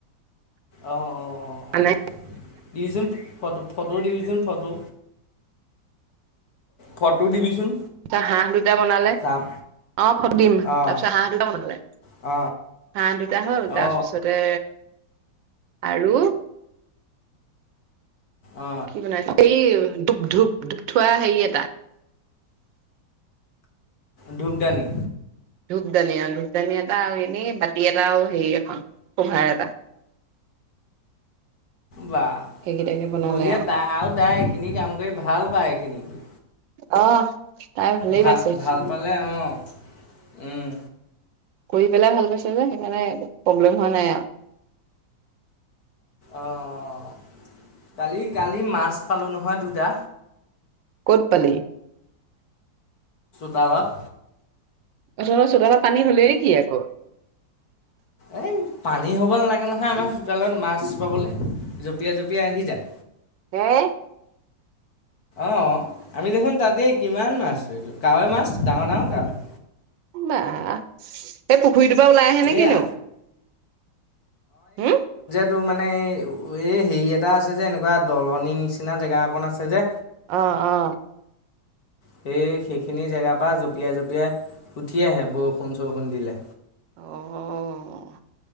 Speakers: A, on the left; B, on the right.
A: অ', অ', অ',
B: মানে
A: অ', দিবিচোন ফটো, ফটো ফটো দিবিচোন। ফটো, ফটো দিবিচোন।
B: তা হাঁহ দুটা বনালে,
A: চাম
B: অ', ফটো দিম।
A: অ
B: তাৰপিছত হাঁহ দুটা বনালে।
A: অ
B: হাঁহ দুটা হ'ল
A: অ
B: তাৰপিছতে
A: অ
B: আৰু
A: অ
B: কি বনালে, সেই ধূপ, ধূপ, ধূপ থোৱা হেৰি এটা।
A: ধূপদানি?
B: ধূপদানি অ'। ধূপদানি এটা আৰু এনেই বাতি এটা আৰু হেৰি এখন, ক'ভাৰ এটা। <inaudible>
A: বাহ,
B: সেইকেইটাকে বনালে
A: বুঢ়ীয়ে তাই, আৰু তাই এইখিনি কাম কৰি ভাল পায় এইখিনি। কৰি
B: অ' তাই ভালেই
A: ভা
B: পাইছে
A: ভাল পালে অ', উম।
B: কৰি পেলাই ভাল পাইছে যে সেইকাৰণে একো প্ৰব্লেম হোৱা নাই আৰু।
A: অ', কালি, কালি মাছ পালোঁ নহয় দুটা।
B: ক'ত পালি?
A: খালত।
B: তহঁতৰ চোতালত পানী হ'লেই নেকি আকৌ?
A: এই পানী হ'ব নালাগে নহয় আমাৰ চোতালত মাছ পাবলৈ, জঁপিয়াই-জঁপিয়াই আহি যায়।
B: হেই
A: অ', আমি দেখোন তাতে কিমান মাছ ধৰোঁ, কাৱৈ মাছ, ডাঙৰ-ডাঙৰ কাৱৈ।
B: বাহ! পুখুৰীটোৰ পৰা ওলাই আহে নে কিনো?
A: এই
B: হুঁ
A: এইটো মানে এই হেৰি এটা আছে যে, এনেকুৱা দলনি নিচিনা জেগা অকন আছে যে।
B: অ', অ'।
A: সেই সেইখিনি জেগাৰ পৰা জঁপিয়াই জঁপিয়াই উঠি আহে, বৰষুণ-চৰষুণ দিলে।
B: অ',